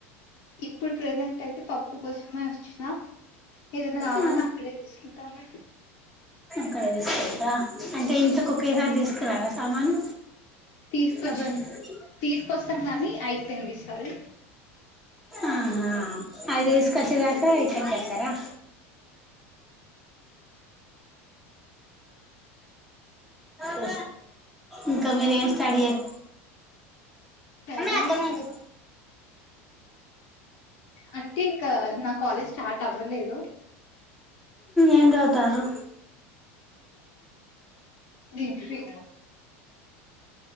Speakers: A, on the left; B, in the centre.
A: ఇప్పుడు ప్రజెంట్ అయితే పప్పు కోసమే వచ్చిన ఏదైనా కావాలన
B: ఆ
A: అక్కడే తీసుకుంటాము
B: అక్కడ తీసుకుంటారా అంటే ఇంట్లోకి ఒకేసారి తీసుకురారా సామాను
A: తీసుకొచ్చి
B: ఎప్పుడన్నా
A: తీసుకొస్తాం కాని అయిపోయింది ఈసారి
B: ఆహా అది తీసుకొచ్చి దాకా ఇక్కడికి వెళ్తారా అ ఇంకా మీరూ ఏం స్టడీ అ
A: స్టడీ
B: హత మాంట
A: అంటే ఇంకా నా కాలేజ్ స్టార్ట్ అవ్వలేదు
B: ఏం చదువుతారు
A: డిగ్రీ